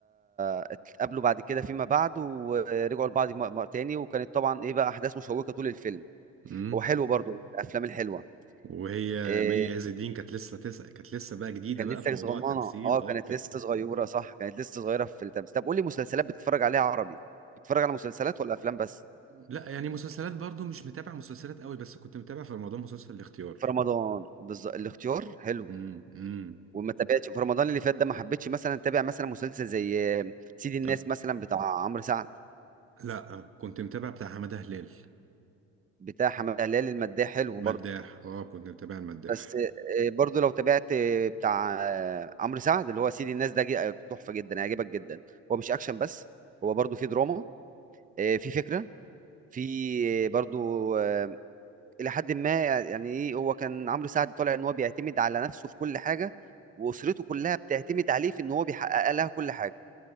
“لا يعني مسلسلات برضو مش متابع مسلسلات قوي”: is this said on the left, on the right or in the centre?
Right